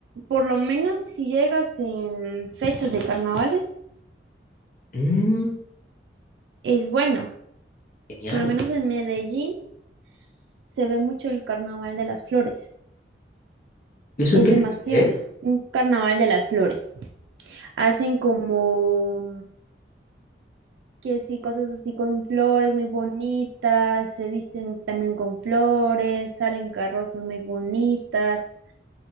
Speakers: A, on the right; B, on the left.
A: por lo menos si llegas en fechas de carnavales,
B: Mm,
A: es bueno.
B: genial.
A: Por lo menos en Medellín se ve mucho el carnaval de las flores.
B: ¿Y eso
A: Es
B: en qué
A: demasiado.
B: fecha es?
A: Un carnaval de las flores. Hacen como que sí, cosas así con flores muy bonitas, se visten también con flores, salen carrozas muy bonitas.